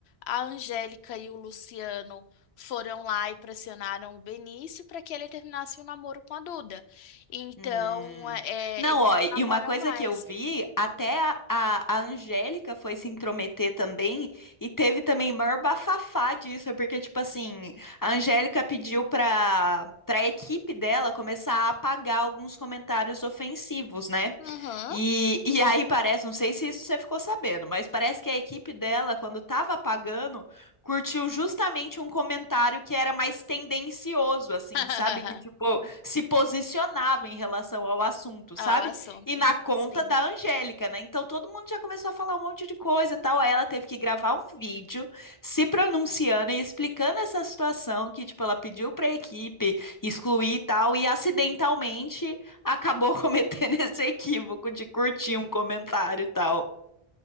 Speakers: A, on the left; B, on the left.
A: a Angélica e o Luciano. Foram lá e pressionaram o Benício para que ele terminasse o namoro com a Duda. Então,
B: Hum.
A: é,
B: Não,
A: eles
B: ó,
A: não namoram
B: e uma coisa
A: mais.
B: que eu vi, até a, a, a Angélica foi se intrometer também, e teve também maior bafafá disso, é porque, tipo assim, a Angélica pediu pra, pra equipe dela começar a apagar alguns comentários ofensivos, né?
A: Uhum.
B: E, e aí parece, não sei se isso você ficou sabendo, mas parece que a equipe dela, quando tava apagando, curtiu justamente um comentário que era mais tendencioso, assim,
A: <laughs>
B: sabe? Que, tipo, se posicionava em relação ao assunto,
A: Ah,
B: sabe?
A: o assunto.
B: E na conta
A: Sim.
B: da Angélica, né? Então todo mundo já começou a falar um monte de coisa e tal. Aí ela teve que gravar um vídeo se pronunciando e explicando essa situação que, tipo, ela pediu pra equipe excluir e tal, e acidentalmente acabou <laughs> cometendo esse equívoco de curtir um comentário e tal.